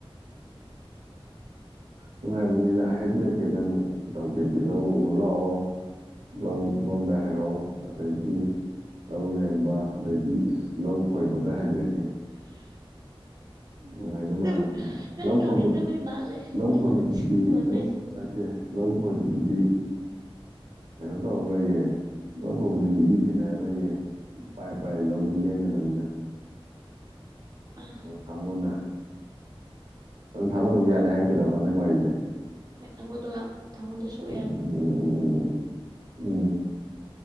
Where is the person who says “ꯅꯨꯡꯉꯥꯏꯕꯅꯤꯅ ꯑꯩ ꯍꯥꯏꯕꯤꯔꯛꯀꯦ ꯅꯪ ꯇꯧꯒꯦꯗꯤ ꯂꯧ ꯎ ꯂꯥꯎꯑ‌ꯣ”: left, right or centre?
Right